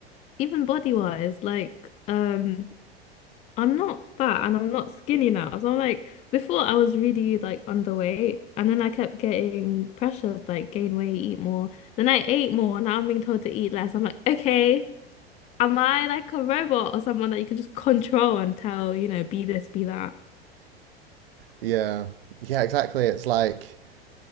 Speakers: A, on the left; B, on the right.
A: Even body wise, like um I'm not fat and I'm not skinny now. So I'm like before I was really like underweight and then I kept getting pressured like gain weight, eat more. Then I ate more and now I'm being told to eat less. I'm like, okay, am I like a robot or someone that you can just control and tell, you know, be this, be that?
B: Yeah, yeah, exactly. It's like